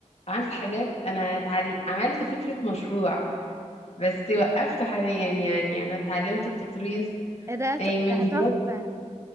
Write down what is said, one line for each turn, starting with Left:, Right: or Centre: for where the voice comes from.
Left: عملت حاجات انا اتعل... عملت فكرة مشروع بس وقفته حاليا يعني يعني انا اتعلمت التطريز
Right: إيه ده ت-
Left: إيه، من
Right: ده
Left: فيديوهات
Right: تحفة